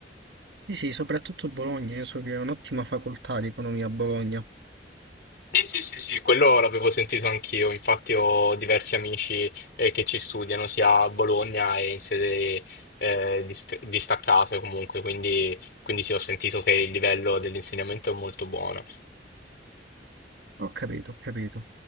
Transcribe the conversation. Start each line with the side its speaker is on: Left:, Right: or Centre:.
Right: Sì, sì, soprattutto Bologna. Io so che è un'ottima facoltà di economia a Bologna.
Left: Sì, sì, sì, sì, quello l'avevo sentito anch'io. Infatti ho diversi amici eh, che ci studiano sia a Bologna e in sede eh, dis- distaccate comunque, quindi, quindi sì, ho sentito che il livello dell'insegnamento è molto buono.
Right: Ho capito, ho capito.